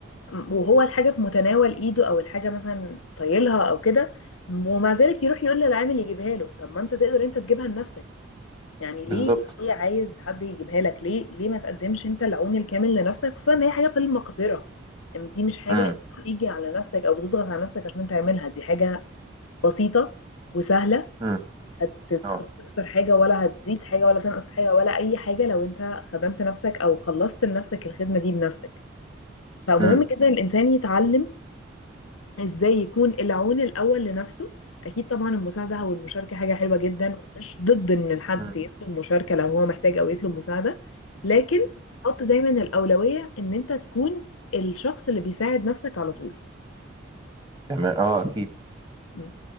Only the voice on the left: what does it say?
م- وهو الحاجة في متناول ايده او الحاجة مثلا طايلها او كده ومع ذلك يروح يقول للعامل يجيبها له طب ما انت تقدر انت تجيبها لنفسك يعني
ليه ليه عايز حد يجيبها لك ليه ليه ما تقدمش انت العون الكامل لنفسك خصوصا ان هي حاجة في المقدرة ان دي مش حاجة
انت بتيجي على نفسك او بتضغط على نفسك عشان تعملها دي حاجة بسيطة وسهلة
هتخسر
حاجة ولا هتزيد حاجة ولا تنقص حاجة ولا اي حاجة لو انت خدمت نفسك او خلصت لنفسك الخدمة دي بنفسك فمهم
جدا الإنسان يتعلم إزاي يكون العون الأول لنفسه أكيد طبعا المساعدة أو المشاركة حاجة حلوة جدا ومش ضد إن الحد
يطلب مشاركة لو هو محتاج أو يطلب مساعدة لكن حط دايما الأولوية إن أنت تكون الشخص اللي بيساعد نفسك على طول
م.